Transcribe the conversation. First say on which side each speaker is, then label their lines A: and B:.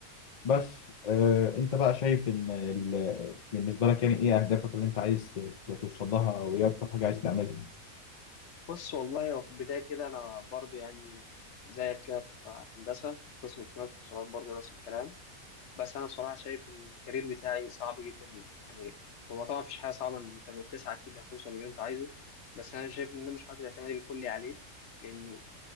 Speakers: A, on the left (about 85°); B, on the left (about 60°).
A: بس آه أنت بقى شايف إن ال... بالنسبة لك يعني إيه أهدافك اللي أنت عايز توصل لها أو إيه أكتر حاجة عايز تعملها؟
B: بص والله هو في البدايه كده انا برضو يعني زيك كده في هندسه في قسم اتصالات واتصالات برضو نفس الكلام بس انا بصراحه شايف ان الكارير بتاعي صعب جدا يعني هو طبعا مفيش حاجه صعبه ان انت لما بتسعى اكيد هتوصل للي انت عايزه بس انا شايف ان انا مش حاطط اعتمادي الكلي عليه لان